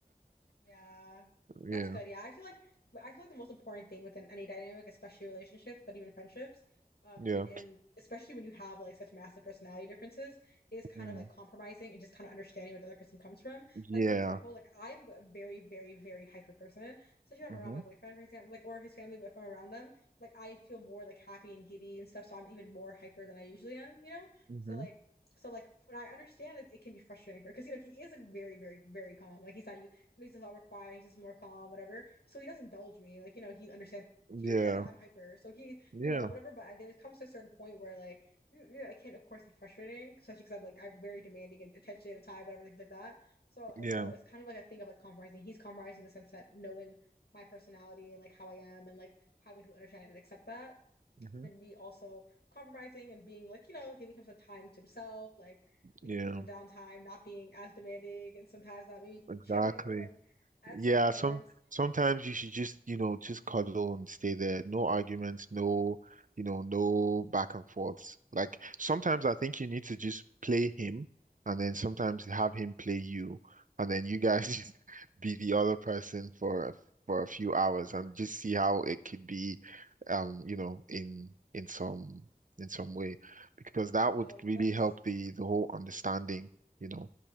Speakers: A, on the left (about 80°); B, on the right (about 55°).
A: Yeah,
B: Yeah.
A: that's good. Yeah, I feel like I feel like the most important thing within any dynamic, especially relationships, but even friendships, um,
B: Yeah.
A: even in especially when you have like such massive personality differences, is kind
B: Mm.
A: of like compromising and just kind of understanding where the other person comes from.
B: Yeah.
A: Like for example, like I'm a very, very, very hyper person, especially when
B: hmm
A: I'm around my boyfriend, for example, like or his family, but if I'm around them, like I feel more like happy and giddy and stuff. So I'm even more hyper than I usually am, you know?
B: hmm
A: So like. So like when I understand it, it can be frustrating for because you know he is like very very very calm like he's not makes us all more quiet. He's just more calm, whatever. So he doesn't indulge me. Like, you know, he understands
B: Yeah.
A: he understands that I'm hyper. So he,
B: Yeah.
A: you know, whatever. But there comes to a certain point where like, you know, it can of course get frustrating, especially because I'm like I'm very demanding and attention at a time, whatever things like that. So uh,
B: Yeah.
A: so it's kind of like a thing of like compromising. He's compromising in the sense that knowing my personality and like how I am and like having to understand and accept that
B: hmm
A: and me also compromising and being like, you know, giving him some time to himself, like like
B: Yeah.
A: giving him some downtime, not being as demanding and sometimes not maybe
B: Exactly.
A: chilling when at
B: Yeah,
A: certain moments.
B: some sometimes you should just, you know, just cuddle and stay there. No arguments, no, you know, no back and forths. Like sometimes
A: Yeah.
B: I think you need to just play him and then sometimes have him play you and then you guys <laughs> just be the other person for a- for a few hours and just see how it could be um, you know, in in some in some way because that
A: Oh,
B: would really
A: that's
B: help the the whole understanding, you know.